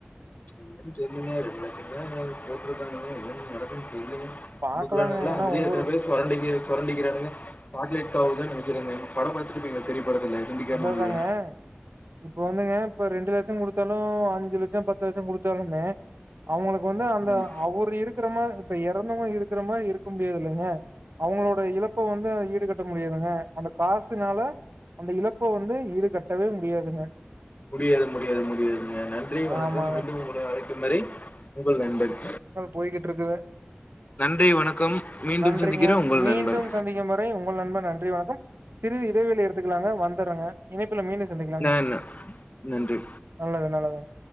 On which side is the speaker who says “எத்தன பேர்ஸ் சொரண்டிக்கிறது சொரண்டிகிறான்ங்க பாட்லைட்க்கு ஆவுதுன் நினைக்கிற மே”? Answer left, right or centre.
Left